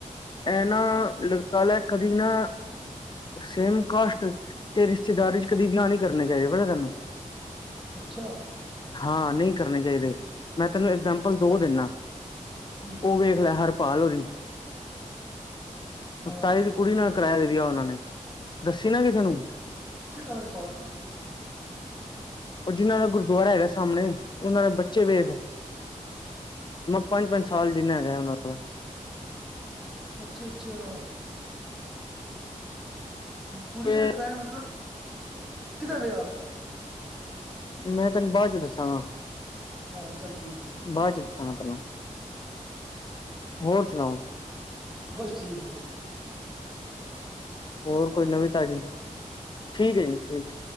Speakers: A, on the left (about 35°); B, in the centre.
A: ਇਹਨਾਂ ਲਗਾ ਲੈ ਕਦੀ ਨਾ ਸੇਮ ਕਾਸਟ ਤੇ ਰਿਸ਼ਤੇਦਾਰੀ ਚ ਕਦੇ ਵਿਆਹ ਨਹੀਂ ਕਰਨੇ ਚਾਹੀਦੇ ਪਤਾ ਸਾਨੂੰ।
B: ਅੱਛਾ
A: ਹਾਂ ਨਹੀਂ ਕਰਨੇ ਚਾਹੀਦੇ, ਮੈਂ ਤੈਨੂੰ ਇਗਜਾਮਪਲ ਦੋ ਦੇਣਾ
B: ਕੀ
A: ਉਹ ਵ। ਹਰਪਾਲ ਹੋਰੀ।
B: ਹਾਂ
A: ਤਾਈ ਦੀ ਕੁੜੀ ਨਾਲ ਕਰਾਇਆ ਈ ਵਿਆਹ ਉਹਨਾਂ ਨੇ। ਦੱਸੀ ਨਾ ਕਿਸੇ ਨੂੰ।
B: ਕੀ ਕਿਹੜਾ ਹਰਪਾਲ
A: ਉਹ ਜਿਹਨਾਂ ਦਾ ਗੁਰਦੁਆਰਾ ਹੈਗਾ ਸਾਹਮਣੇ। ਇਨਾਂ ਦੇ ਬੱਚੇ ਵੇਖ, ਪੰਜ ਪੰਜ ਸਾਲ ਜਿੰਨਾ ਹੈਗਾ ਉਹਨਾਂ <unintelligible>
B: ਅੱਛਾ-ਅੱਛਾ। ਕੁੜੀ
A: ਤੇ
B: ਦਾ ਕਰਾਇਆ, ਮਤਲਬ ਕਿਦਾਂ ਵਿਆਹ
A: ਮੈਂ ਤੈਨੂੰ ਬਾਅਦ ਚ ਦੱਸਾਂਗਾ।
B: ਹਾਂ ਚੱਲ ਠੀਕ ਹੈ
A: ਬਾਅਦ ਚ ਦੱਸਾਂ ਗਾ ਤੈਨੂੰ, ਹੋਰ ਸੁਣਾਓ
B: ਬਸ ਠੀਕ ਏ।
A: ਹੋਰ ਕੋਈ ਨਵੀਂ ਤਾਜੀ, ਠੀਕ ਹੈ ਜੀ, ਠੀਕ